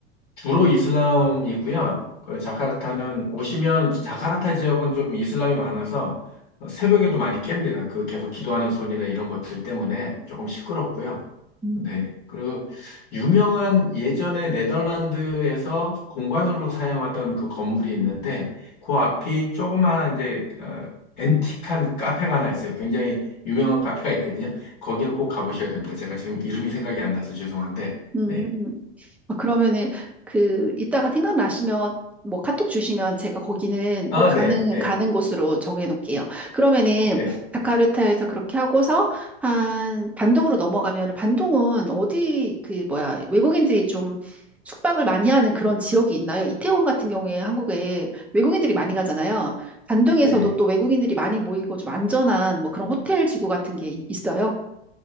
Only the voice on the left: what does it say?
주로 이슬람이고요. 그 자카르타는 오시면 자카르타 지역은 좀 이슬람이 많아서 어, 새벽에도 많이 깹니다. 그 계속 기도하는 소리나 이런 것들 때문에 조금 시끄럽고요.
네. 그리고 유명한 예전에 네덜란드에서 공관으로 사용하던 그 건물이 있는데 그 앞이 조그마한 이제 어, 앤틱한 카페가 하나 있어요. 굉장히 유명한 카페가 있거든요. 거기는 꼭 가보셔야 됩니다. 제가 지금 이름이 생각이 안 나서 죄송한데.
네.
아,
네, 네,
네.
네,